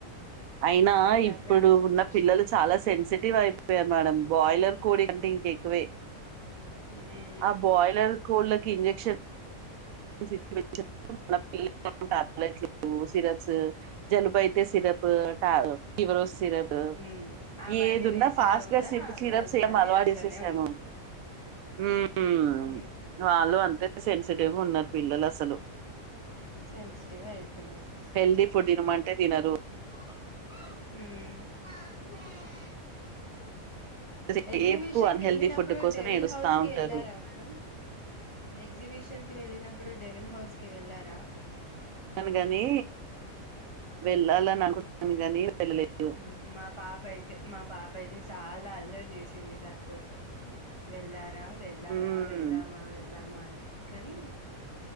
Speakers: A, on the right; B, on the left.
A: అయినా
B: ఇలా
A: ఇప్పుడు
B: క్రాస్ వచ్చేసింది
A: ఉన్న పిల్లలు చాలా సెన్సిటి టివ్ అయిపోయారు మేడం బాయిలర్ కూడి అంటే ఇంకా ఎక్కువే
B: ఉమ్
A: ఆ బాయిలర్ కోళ్ళకి ఇంజక్షన్ <unintelligible> మల్ టాబ్లెట్లు సిరప్స్ జలుబు అయితే సిరప్ ట ఫీవర్ వస్తే సిరప్
B: ఉమ్ అవన్నీ
A: ఏదున్న
B: వేసినా
A: ఫాస్ట్
B: కూడా
A: గా సిప్ సిరప్స్
B: వాళ్ళు
A: సేమ్
B: మళ్ళీ
A: అలవాటు
B: అట్లనే
A: చేసేసాము ఉ
B: ఊ
A: వాళ్ళు అంతే సెన్సిటివ్ గా ఉన్నారు పిల్లలు అసలు
B: సెన్సిటివ్ అయితున్నారు
A: హెల్ది ఫుడ్ తినమంటే తినరు
B: హు
A: ఎంతసేపు
B: ఎగ్జిబిషన్
A: అన్‌హెల్తీ
B: కి వెళ్ళినప్పుడు
A: ఫుడ్ కోసమే
B: డెవిల్
A: ఏడుస్తా
B: హౌస్ కి
A: ఉంటారు.
B: వెళ్ళారా మేడం ఎగ్జిబిషన్ కి వెళ్ళినప్పుడు డెవిల్ హౌస్ కి వెళ్ళారా
A: కాని వెళ్ళాలని అనుకుంటున్నాను కాని వెళ్ళలేదు
B: హు మా పాప అయితే మా పాప అయితే చాలా అల్లరి చేసింది దానికోసం వెళ్ళారా వెళ్ళారా
A: ఉమ్,
B: వెళ్దామా వెళ్దామా అని కానీ